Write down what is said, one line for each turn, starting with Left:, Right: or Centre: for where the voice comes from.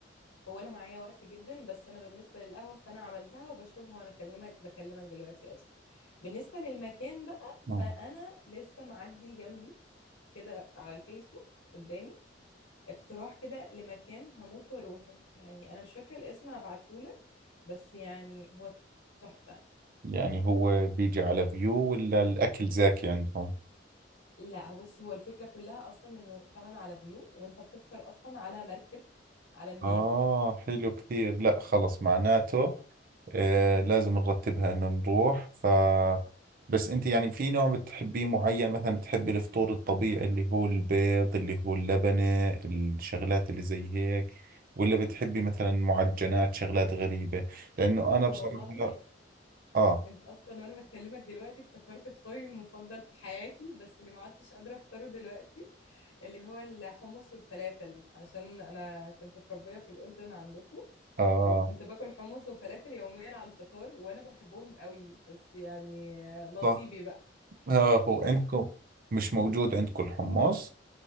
Left: هو انا معايا وقت جدا بس انا بالنسبه للقهوه فانا عملتها وبشربها وانا اكلمك بكلمك دلوقتي اصلا بالنسبه للمكان بقى فانا
Right: اه
Left: لسه معدي جنبي كده على الفيسبوك قدامي اقتراح كده لمكان هموت واروحه يعني انا مش فاكره الاسم هبعتهولك بس يعني هو تحفه
Right: يعني هو بيجي على فيو ولا الاكل زاكي عندهم
Left: لا بص هو الفكره كلها اصلا انه فعلا على فيو وانت بتفطر اصلا على مركب على النيل
Right: اه حلو كثير لا خلص معناته آه لازم نرتبها انه نروح ف بس انت يعني في نوع بتحبيه معين مثلا بتحبي الفطور الطبيعي اللي هو البيض اللي هو اللبنة الشغلات اللي زي هيك ولا بتحبي مثلا معجنات شغلات غريبة لانه انا
Left: والله
Right: بصراحة اه
Left: انت اصلا وانا بكلمك دلوقتي افتكرت فطاري المفضل في حياتي بس اللي ما عدتش قادره افطره دلوقتي اللي هو الحمص والفلافل عشان انا كنت متربيه في الاردن عندكم
Right: اه آه،
Left: وكنت باكل حمص وفلافل يوميا على الفطار وانا بحبهم قوي بس يعني نصيبي
Right: صح
Left: بقى
Right: اه هو
Left: بس
Right: عندكم مش موجود عندكم الحمص